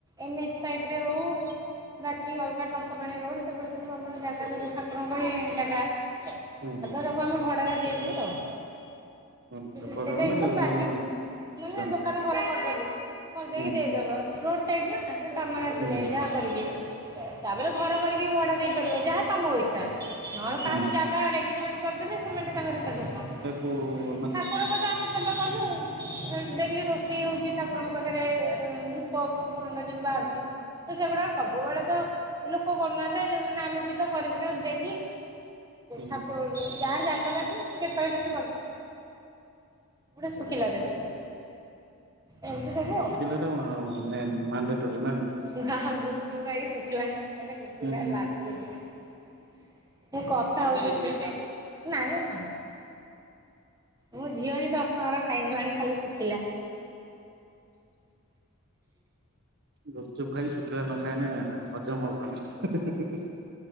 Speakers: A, on the right (about 15°); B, on the right (about 50°).
A: ଏନ୍ ଏଚ୍ ସାଇଡରେ ହୋଉ ବାକି ଅଲଗା ଟଙ୍କପାଣି ରୋଡ୍ ସେପଟେ ସବୁ ଆମର ଜାଗା ସବୁ ଠାକୁରଙ୍କ ହିଁ ଜାଗା। ଆଉ
B: ହୁଁ ହୁଁ।
A: ତ ତାକୁ ଆମେ ଭଡାରେ ଦେଇଦୋଉ ଆଉ।
B: ଆଚ୍ଛା
A: ଏରା
B: ଭଡା
A: ସେଟା
B: ମାନେ
A: ଏକଦମ ବାକି
B: ମାନେ ଆଚ୍ଛା
A: ମାନେ ଦୋ ଦୋକାନ ଘର କରଦୋବୁ କରଦେଇକି
B: ହୁଁ
A: ଦେଇଦେଲ ରୋଡ ସାଇଡନା ସେ କାମରେ ଆସିଯାଏ
B: ହୁଁ
A: ଯାହା କରିକି ତାପରେ ଘର କରିକି ଭଡା ଦେଇପାରିବ ଯାହା ତମ ଇଚ୍ଛା। ନହେଲେ କାହାକୁ
B: ହୁଁ।
A: ଜାଗାରେ ଏଗ୍ରିମେଣ୍ଟ୍ କରଦେଲେ ସେମାନେ ତାଙ୍କର କରିବେ।
B: କୋଉ
A: ଠାକୁରଙ୍କର ତ ଆମେ ସେବା କଲୁ। ଡେଲି ରୋଷେଇ ହୋଉଚି ଠାକୁରଙ୍କ ପାଖରେ ଏ ଧୂପ ଭଣ୍ଡା ଯେନ୍ ବାହାରୁଚି।
B: ହୁଁ
A: ତ ସେଗୁଡାକ ସବୁବେଳେ ତ ଲୋକ କରୁନାହାନ୍ତି ଆ ଯୋଉମାନେ ଆମେ ବି ତ କରିବୁନି ଆଉ ଡେଲି।
B: ହୁଁ
A: ଠାକୁର ଯାହା ଯାହାର <unintelligible> ଥିବ ସେ କେତେବେଳେ କେମିତି କଲେ। ଗୋଟେ ଶୁଖିଲା ଦେବେ। ଏମିତି ସବୁ
B: ଶୁଖିଲାଟା
A: ଆଉ।
B: କଣ ମାନେ ମାଣ୍ଡାଟୋରି ନା।
A: ନା ଗୁପଚୁପ ଖାଇକି ଶୁଖିଲା ନ ଖାଇଲେ ଗୁପଚୁପ
B: ହୁଁ
A: ଖାଇବାର ଲାଭ କିଛି ନାଇଁ। ମୁଁ କଥା ହୋଉଚି ଯେ ନାଇଁ ନାଇଁ ଥା। ମୋ ଝିଅ ହିଁ ଦଶଟଙ୍କାର ଖାଇଗଲାଣି ଖାଲି ଶୁକିଲା।
B: ଗୁପଚୁପ ଖାଇକି ଶୁଖିଲା ନ ଖାଇନେ ହଜମ ହବନି।